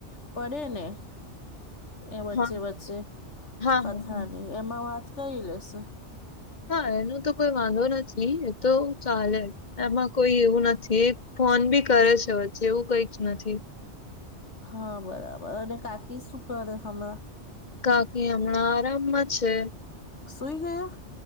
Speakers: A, on the left (about 75°); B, on the left (about 40°).
A: પડે ને એ વચ્ચે
B: હા
A: વચ્ચે
B: હા
A: કથાની
B: હા
A: એમાં વાત કરી લેશે
B: હા એનો તો કોઈ વાંધો નથી એ તો ચાલે એમાં કોઈ એવું નથી ફોન બી કરે છે વચ્ચે એવું કઈક નથી
A: હા બરાબર અને કાકી શું કરે હમણાં?
B: કાકી હમણાં આરામમાં છે.
A: સુઈ ગયો?